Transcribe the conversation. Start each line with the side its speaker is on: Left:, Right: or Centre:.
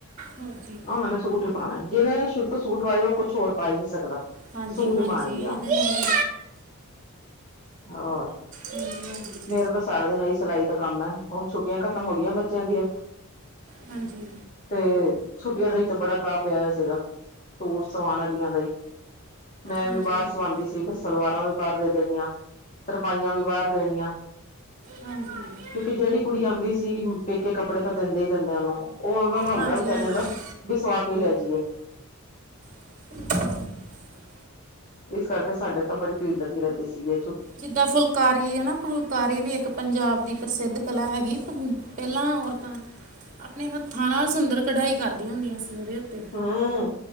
Right: ਹਾਂਜੀ
Left: ਉਹਨਾਂ ਨੇ ਸੂਟ ਹੀ ਪਾਉਣੇ। ਜਿੰਨੇ ਸ਼ੁਰੂ ਤੋਂ ਸੂਟ ਪਾਏ ਹੋ। ਉਹ ਕੁਛ ਹੋਰ ਪਾ ਹੀ ਨੀ ਸਕਦਾ।
Right: ਹਾਂਜੀ
Left: ਸੂਟ
Right: ਹਾਂਜੀ
Left: ਹੀ ਪਾਉਣਗੀਆਂ
Right: ਇਹਦੇ
Left: ਉਹ
Right: ਨਾਲ
Left: ਹੋਰ
Right: ਹਾਂਜੀ
Left: ਮੇਰਾ ਤਾਂ ਸਾਰਾ ਦਿਨ ਇ ਸਿਲਾਈ ਦਾ ਕਮ ਹੈ। ਹੁਣ ਛੁੱਟੀਆਂ ਖਤਮ ਹੋ ਗਈਆਂ ਬੱਚਿਆਂ ਦੀਆਂ
Right: ਹਾਂਜੀ
Left: ਤੇ ਛੁੱਟੀਆਂ ਦਾ ਹੀ ਤਾਂ ਬੜਾ ਗਾਹ ਪਿਆ ਹੋਇਆ ਸੀ ਗਾ ਸੂਟ ਸਵਾਨ ਵਾਲੀਆਂ ਦਾ ਹੀ ਮੈਂ
Right: ਹਾਂਜੀ ਹਾਂਜੀ
Left: ਵੀ ਬਾਹਰ ਸਵਾਉਦੀ ਸੀ ਫਿਰ ਸਲਵਾਰਾਂ ਵੀ ਬਾਹਰ ਦੇ ਦੇਣੀਆਂ ਤਰਪਾਈਆਂ ਵੀ ਬਾਹਰ ਦੇਣੀਆਂ
Right: ਹਾਂਜੀ ਹਾਂਜੀ
Left: ਕਿਉਕਿ ਜਿਹੜੀ ਕੁੜੀ ਆਉਂਦੀ ਸੀ ਪੇਕੇ ਕਪੜੇ ਤਾਂ ਦਿੰਦੇ ਦਿੰਦਿਆਂ ਨੂੰ ਉਹ ਉਹ ਦਾ ਹੁੰਦਾ
Right: ਹਾਂਜੀ
Left: ਵਿਚਾਰੀਆਂ
Right: ਹਾਂਜੀ
Left: ਦਾ ਵੀ ਸੁਵਾਹ ਕੇ ਲੈ ਜਾਈਏ
Right: <unintelligible>
Left: ਇਸ ਕਰਕੇ ਸਾਡੇ ਤਾਂ ਬੜੀ ਭੀੜ ਲਗੀ ਰਹਿਦੀ ਸੀ ਗੀ
Right: ਜਿਦਾਂ ਫੁਲਕਾਰੀ ਹਨਾ ਫੁਲਕਾਰੀ ਵੀ ਇਕ ਪੰਜਾਬ ਦੀ ਪ੍ਰਸਿਧ ਕਲਾ ਹੈਗੀ ਪਹਿਲਾਂ ਔਰਤਾ ਆਪਣੇ ਹੱਥਾਂ ਨਾਲ ਸੁੰਦਰ ਕਢਾਈ ਕਰਦੀਆਂ ਹੁੰਦੀਆਂ ਸੀ ਉਹਦੇ ਉਤੇ
Left: ਹਮ